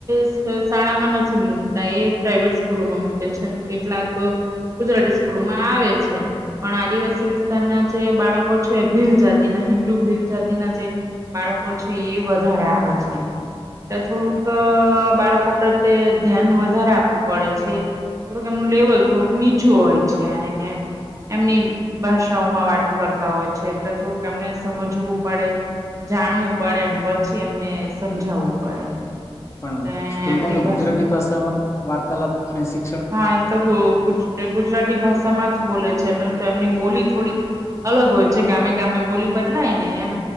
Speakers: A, on the right; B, on the left.
A: શ શાળામાં નથી, મૂકતા એ પ્રાઈવેટ સ્કૂલોમાં મૂકે છે કેટલાક તો ગુજરાતી સ્કૂલોમાં આવે છે, પણ આદિવાસી વિસ્તારના જે બાળક કો છે ભીલ જાતિના, હિન્દુ ભીલ જાતિના જે બાળકો છે એ વધારે આવે છે. એટલે થોડુંક બાળકો અહ પ્રત્યે ધ્યાન વધારે આપવું પડે છે. થોડુંક આમનું લેવલ થોડુંક નીચું હોય છે. એને એમની ભાષાઓમાં વાતો કરતા હોય છે. એટલે થોડુંક એમને સમજવું પડે. જાણવું પડે, ને પછી એમને સમજાવવું પડે.
B: પણ
A: એટલે
B: સ્કૂલમાં
A: એમની
B: તો
A: ભાષા
B: ગુજરાતી ભાષામાં વાર્તાલાપ અને શિ
A: હા એ તો ગ ગુજ ગુજરાતી ભાષામાં જ બોલે છે બ તો એમની બોલી થોડીક અલગ હોય છે ગામે-ગામે બોલી બદલાયને એમ,